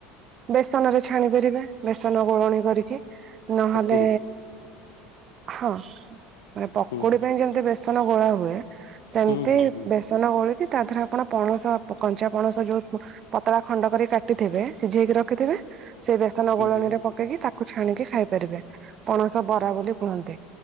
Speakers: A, on the right; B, on the left.
A: ବେସନରେ ଛାଣି ପାରିବେ ବେସନ ଗୋଳଣି କରିକି ନହେଲେ
B: ପକୁଡି
A: ହଁ ମାନେ ପକୁଡି
B: ହୁଁ
A: ପାଇଁ ଯେମିତି ବେସନ ଗୋଳା ହୁଏ।
B: ହୁଁ
A: ସେମିତି
B: ହୁଁ
A: ବେସ୍
B: ହୁଁ ହୁଁ
A: ବେସନ ଗୋଳିକି ତା ଦିହରେ ଆପଣ ପଣସ କଞ୍ଚା ପଣସ ଯୋଉ ପତଳା ଖଣ୍ଡ କରି କାଟିଥିବେ ସିଝେଇକି ରଖିଥିବେ ସେ ବେସନ
B: ହୁଁ
A: ଗୋଳଣିରେ
B: ହୁଁ
A: ପକ୍ ପକେଇକି ତାକୁ ଛାଣିକି ଖାଇ ପାରିବେ ପଣସ ବରା ବୋଲି କୁହନ୍ତି,